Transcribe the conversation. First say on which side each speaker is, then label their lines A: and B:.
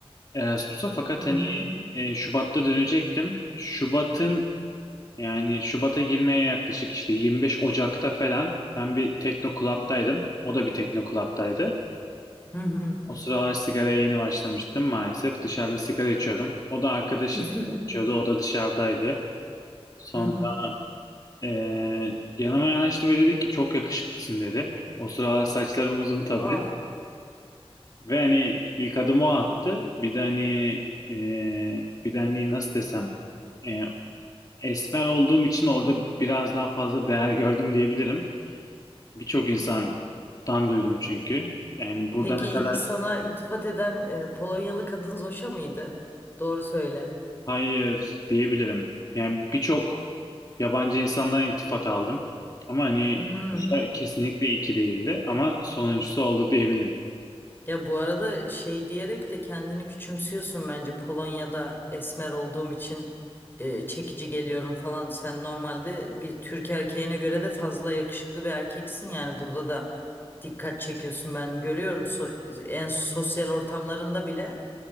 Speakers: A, on the left; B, on the left.
A: Erasmus'a fakat
B: Hı
A: hani
B: hı.
A: e, Şubat'ta dönecektim. Şubat'ın Yani Şubat'a girmeye yaklaşık işte 25 Ocak'ta falan ben bir Tekno Club'daydım. O da bir Tekno Club'daydı.
B: Hı hı.
A: O sıralar sigaraya yeni başlamıştım maalesef. Dışarıda sigara içiyordum. O da arkadaşı
B: <laughs>
A: sigara içiyordu. O da dışarıdaydı. Sonra
B: Hı hı.
A: eee, yanıma yanaştı ve dedi ki çok yakışıklısın dedi. O sıralar saçlarım uzun tabii.
B: Aa,
A: Ve hani ilk adımı o attı. Bir de hani eee, bir de hani nasıl desem eee, esmer olduğum için orada biraz daha fazla değer gördüm diyebilirim. Birçok insandan duydum çünkü. Yani burada
B: peki
A: ne
B: ilk
A: kadar
B: sana iltifat eden e, Polonyalı kadın Zoşa mıydı? Doğru söyle.
A: hayır diyebilirim. Yani birçok yabancı insandan iltifat aldım. Ama hani
B: Hmm.
A: sonuçta kesinlikle iyi ki değildi ama sonuncusu oldu diyebilirim.
B: Ya bu arada şey diyerek de kendini küçümsüyorsun bence Polonya'da esmer olduğum için e, çekici geliyorum falan. Sen normalde bir Türk erkeğine göre de fazla yakışıklı bir erkeksin yani burada da dikkat çekiyorsun ben görüyorum So- en sosyal ortamlarında bile